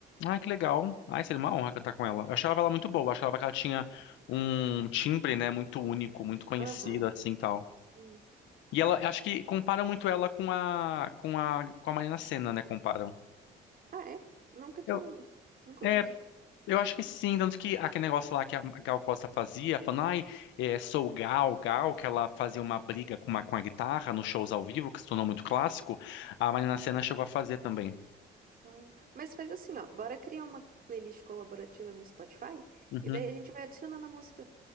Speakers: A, on the left; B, on the right.
A: Ai, que legal. Ai, seria uma honra cantar com ela. Eu achava ela muito boa. Eu achava que ela tinha um timbre, né? Muito único, muito conhecido,
B: Aham.
A: assim, tal.
B: Sim.
A: E ela, acho que comparam muito ela com a, com a, com a Marina Sena, né? Comparam.
B: Ah, é? Nunca tinha,
A: Eu,
B: nunca
A: é.
B: ouvi.
A: Eu acho que sim, tanto que aquele negócio lá que a Gal Costa fazia, falando, ai, é, sou Gal, Gal, que ela fazia uma briga com, uma, com a guitarra nos shows ao vivo, que se tornou muito clássico, a Marina Sena chegou a fazer também.
B: Ah, Mas faz assim, ó, bora criar uma playlist colaborativa no Spotify
A: Uhum.
B: e daí a gente vai adicionando a música.